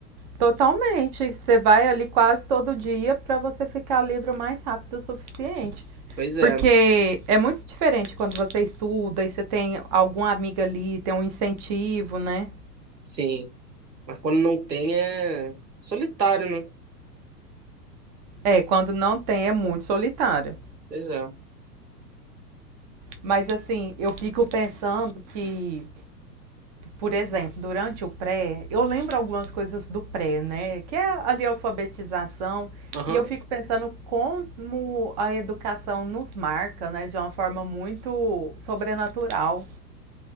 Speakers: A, on the right (about 30°); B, on the right (about 80°).
A: Totalmente. Você vai ali quase todo dia para você ficar livre o mais rápido o suficiente.
B: Pois é,
A: Porque é muito diferente quando você estuda e você tem alguma amiga ali, tem um incentivo, né?
B: sim. Mas quando não tem é solitário, né?
A: É, quando não tem é muito solitário.
B: Pois é.
A: Mas assim, eu fico pensando que Por exemplo, durante o pré, eu lembro algumas coisas do pré, né? Que é ali a alfabetização,
B: Aham.
A: e eu fico pensando como a educação nos marca, né? De uma forma muito sobrenatural.